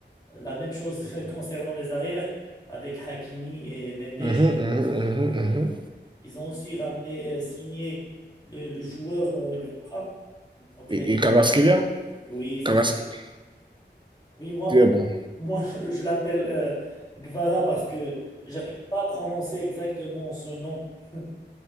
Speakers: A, on the left; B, on the right.
A: La même chose <laughs> concernant les arrières avec Hakimi et Mendes.
B: mm
A: Et,
B: -hmm, mm -hmm,
A: euh, ils ont aussi ramené, euh, signé le, le joueur euh, Guevara auprès
B: Et,
A: de
B: et Cavasquelia
A: Napoli. Oui, c'est
B: Cavasquelia,
A: ça. Oui, moi,
B: bon.
A: moi, moi, <laughs> je l'appelle euh, Guevara parce que j'arrive pas à prononcer exactement son nom. <laughs>